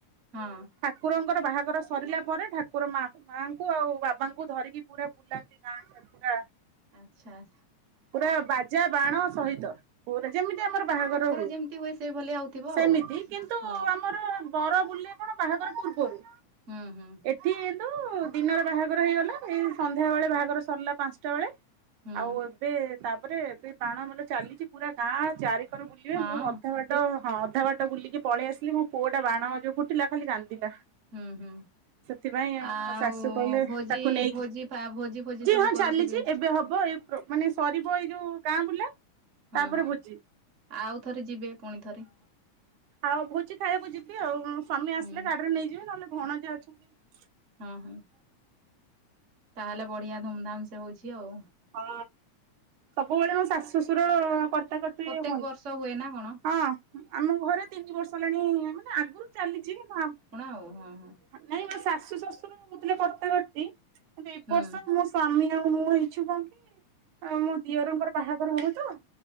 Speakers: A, on the right (about 35°); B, on the right (about 75°).
A: ହଁ।
B: ଠାକୁରଙ୍କର ବାହାଘର ସରିଲା ପରେ ଠାକୁର ମାଆ ମାଆଙ୍କୁ ଆଉ ବାବାଙ୍କୁ ଧରିକି ପୁରା ବୁଲାନ୍ତି। ସେ ଗାଁ ଚାତ୍ରା।
A: ଆଚ୍ଛା ଆଚ୍ଛା।
B: ପୁରା ବାଜା ବାଣ ସହିତ। ଯେମିତି ଆମର ବାହାଘର ହୁଏ
A: ଯେମିତି ସେଇଭଳିଆ ହଉଥିବ
B: ସେମିତି
A: ଆଉ।
B: କିନ୍ତୁ
A: ହଁ
B: ଆମର ବର ବୁଲେ କଣ ବାହାଘର ପୂର୍ବରୁ?
A: ହୁଁ ହୁଁ।
B: ଏଠି ଇନ୍ତୁ ଦିନରେ ବାହାଘର ହେଇଗଲା ଏଇ ସନ୍ଧ୍ୟା ବେଳେ ବାହାଘର ସରିଲା ପାନ୍ସଟା ବେଳେ।
A: ହୁଁ
B: ଆଉ ଏବେ ତାପରେ ଏବେ ବାଣ ମେଲ ଚାଲିଚି ପୁରା ଗାଁ ଚାରି କର ବୁଲିବେ
A: ହଁ
B: ମୁଁ ଅଧା ବାଟ୍ ତ ହଁ ଅଧା ବାଟ ବୁଲିକି ପଳି ଆସିଲି ମୋ ପୁଅ ଟା ବାଣ ଯୋଉ ଫୁଟିଲା ଖାଲି କାନ୍ଦିଲା।
A: ହୁଁ ହୁଁ।
B: ସେଥିପାଇଁ ମୋ
A: ଆଉ
B: ଶାଶୁ କହିଲେ
A: ଭୋଜି
B: ତାକୁ ନେଇକି
A: ଭୋଜି ଫା ଭୋଜି ଫୋଜି ସବୁ
B: ହଁ
A: କରୁଥୁବେ।
B: ଚାଲିଛି ଏବେ ହବ ଏ ମାନେ ସରିବ ଏଇ ଯୋଉ ଗାଁ ବୁଲା।
A: ହୁଁ
B: ତାପରେ
A: ହୁଁ
B: ଭୋଜି
A: ଆଉ ଥରେ ଯିବେ ପୁଣି ଥରେ।
B: ଆଉ ଭୋଜି ଖାଇବାକୁ ଯିବି ଆଉ ମୋ ସ୍ୱାମୀ ଆସିଲେ
A: ହୁଁ
B: ଗାଡିରେ ନେଇଯିବି ନହେଲେ ଭଣଜା ଅଛନ୍ତି।
A: ହଁ ହୁଁ। ତାହେଲେ ବଢିଆ ଧୁମ୍ ଧାମ୍ ସେ ହୋଉଛି ଆଉ।
B: ହଁ ସବୁବେଳେ ମୁଁ ଶାଶୁ ଶ୍ୱଶୁର କର୍ତ୍ତା କର୍ତ୍ତୀ ହୋ
A: ପ୍ରତ୍ୟକ ବର୍ଷ ହୁଏ ନା କଣ?
B: ହଁ ଆମ ଘରେ ତିନି ବର୍ଷ ହେଲାଣି ମାନେ ଆଗୁରୁ ଚାଲିଛି କିନ୍ତୁ ଆମ
A: ଆଉଁ ହଁ ହଁ।
B: ନାଇଁ ମୋ ଶାଶୁ ଶ୍ୱଶୁର ହୋଉଥିଲେ କର୍ତ୍ତା କର୍ତ୍ତୀ କିନ୍ତୁ ଏ
A: ହୁଁ
B: ବର୍ଷ ମୋ ସ୍ଵାମୀ ଆଉ ମୁଁ ହେ ହେଇଛୁ କଁ କି ଆଉ ମୋ ଦିଅରଙ୍କର ବାହାଘର ହବ ତ।